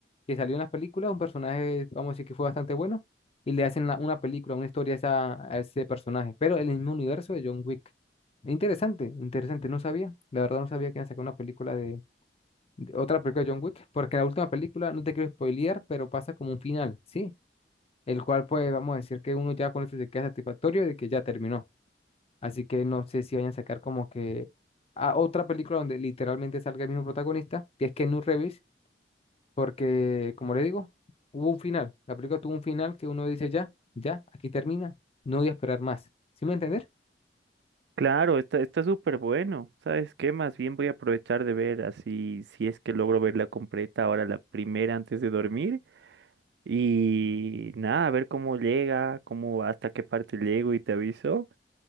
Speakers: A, on the left; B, on the right.
A: que salió en las películas, un personaje, vamos a decir que fue bastante bueno, y le hacen la- una película, una historia a, esa- a ese personaje, pero en el mismo universo de John Wick. Interesante, interesante, no sabía, la verdad no sabía que iban a sacar una película de, de- otra película de John Wick, porque la última película, no te quiero spoilear, pero pasa como un final, ¿sí? El cual pues vamos a decir que uno ya con eso se queda satisfactorio de que ya terminó. Así que no sé si vayan a sacar como que a otra película donde literalmente salga el mismo protagonista, que es Keanu Reeves, porque como le digo, hubo un final. La película tuvo un final que uno dice ya, ya, aquí termina, no voy a esperar más. ¿Sí me va a entender?
B: Claro, está, está súper bueno. ¿Sabes qué? Más bien voy a aprovechar de ver así si es que logro verla completa ahora la primera antes de dormir. Y nada, a ver cómo llega, cómo hasta qué parte llego y te aviso.